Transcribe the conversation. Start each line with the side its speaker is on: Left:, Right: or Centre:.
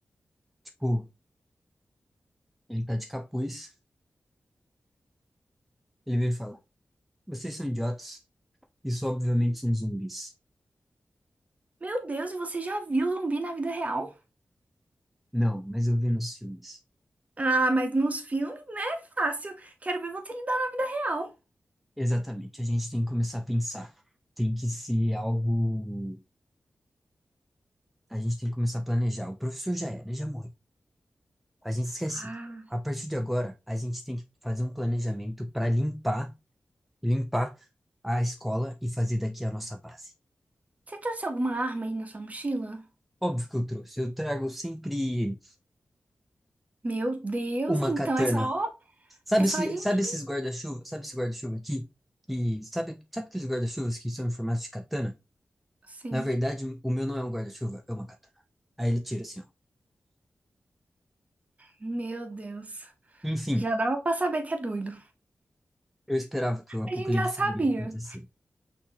Centre: tipo, ele tá de capuz, ele vem e fala, vocês são idiotas, isso obviamente são zumbis.
Right: Meu Deus, e você já viu zumbi na vida real?
Centre: Não, mas eu vi nos filmes.
Right: Ah, mas nos filmes, né? é Fácil. Quero ver você lidar na vida real.
Centre: Exatamente, a gente tem que começar a pensar, tem que ser algo, a gente tem que começar a planejar. O professor já era, já morreu. A gente esquece.
Right: Ah.
Centre: A partir de agora, a gente tem que fazer um planejamento para limpar, limpar a escola e fazer daqui a nossa base.
Right: Você trouxe alguma arma aí na sua mochila?
Centre: Óbvio que eu trouxe. Eu trago sempre
Right: Meu Deus,
Centre: uma
Right: então
Centre: katana.
Right: é só,
Centre: Sabe,
Right: é só
Centre: esse,
Right: a gente.
Centre: sabe esses guarda-chuva? Sabe esse guarda-chuva aqui? E sabe, sabe aqueles guarda-chuvas que são em formato de katana?
Right: Sim,
Centre: Na verdade, o meu não é um guarda-chuva, é uma katana. Aí ele tira assim, ó.
Right: meu Deus.
Centre: Enfim,
Right: Já dava pra saber que é doido.
Centre: eu esperava que o apocalipse
Right: A gente já sabia.
Centre: iria acontecer.